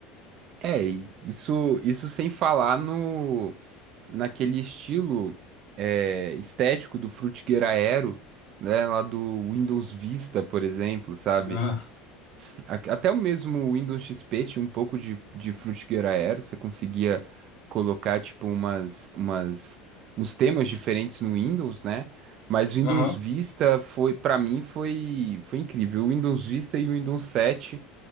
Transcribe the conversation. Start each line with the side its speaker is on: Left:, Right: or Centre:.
Right: É, e isso, isso sem falar no naquele estilo é, estético do Frutiger Aero, né, lá do Windows Vista, por exemplo, sabe?
Left: <laughs>
Right: A- Até o mesmo Windows XP tinha um pouco de, de Frutiger Aero, você conseguia colocar, tipo, umas, umas, uns temas diferentes no Windows, né? Mas o Windows
Left: Ah, Aham.
Right: Vista foi, para mim, foi, foi incrível. O Windows Vista e o Windows 7